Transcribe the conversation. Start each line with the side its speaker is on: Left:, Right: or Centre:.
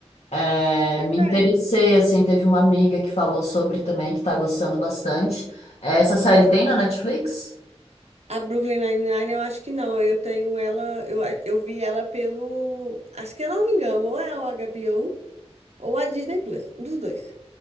Left: É,
Right: Pois
Left: me interessei,
Right: é.
Left: assim, teve uma amiga que falou sobre também, que tá gostando bastante. É, Essa série tem na Netflix?
Right: A Brooklyn Nine-Nine eu acho que não, eu tenho ela, eu, eu vi ela pelo, acho que eu não me engano, ou é o HBO Ou a Disney Plus, um dos dois.